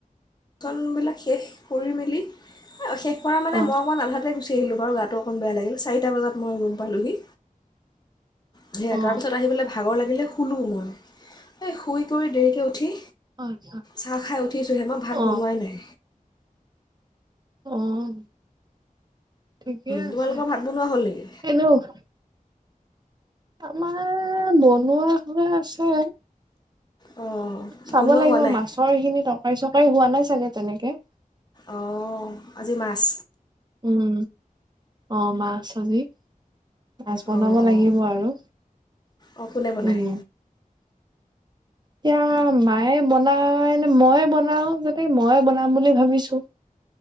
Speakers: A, on the left; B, on the right.
A: কাম বিলাক শেষ কৰি মেলি অ শেষ কৰা মানে
B: অ',
A: মই অকণ আন্ধাতে গুছ উঠি আহিলোঁ বাৰু গাটো অকণ বেয়া লাগিল চাৰিটা বজাত মই ৰুম পালোঁহি। সেয়া
B: অ',
A: তাৰ পিছত আহি পেলাই ভাগৰ লাগিলে শুলোঁ মই এই শুই কৰি দেৰিকৈ উঠি
B: আচ্ছা
A: চাহ খাই উঠিছোঁহে মই ভাত
B: অ',
A: বনোৱাই নাই।
B: অহ। ঠিকেই আছে
A: তোমালোকৰ ভাত বনোৱা হ'ল নেকি
B: এনোউঠ আমাৰ বনোৱা হৈ আছে।
A: অঁ
B: চাব
A: বনোৱা
B: লাগিব
A: হোৱা নাই
B: মাছৰ এইখিনি ত কাৰী চৰকাৰী হোৱা নাই চাগে তেনেকে?
A: অঁ আজি মাছ
B: উম অ মাছ আজি। মাছ বনাব
A: অঁ
B: লাগিব
A: অঁ
B: আৰু
A: অঁ কোনে বনায়
B: উম। এতিয়া মায়ে বনাইনে মইে বনাও যতে মইে বনাম বুলি ভাবিছো।